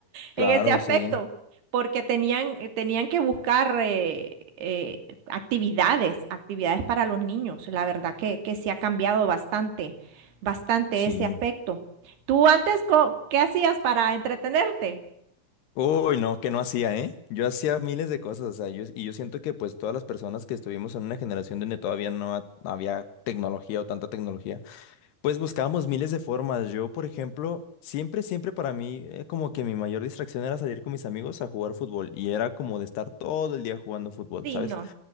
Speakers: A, on the left; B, on the right.
A: claro,
B: en ese aspecto,
A: sí,
B: porque tenían, eh, tenían que buscar eh, eh, actividades, actividades para los niños. La verdad que, que se ha cambiado bastante, bastante
A: sí.
B: ese aspecto. ¿Tú antes co- qué hacías para entretenerte?
A: Uy, no, que no hacía, ¿eh? Yo hacía miles de cosas, o sea, yo, y yo siento que pues todas las personas que estuvimos en una generación donde todavía no ha- no había tecnología o tanta tecnología, pues buscábamos miles de formas. Yo, por ejemplo, siempre, siempre para mí, eh, como que mi mayor distracción era salir con mis amigos a jugar fútbol y era como de estar todo el día jugando fútbol,
B: Sí,
A: ¿sabes?
B: no,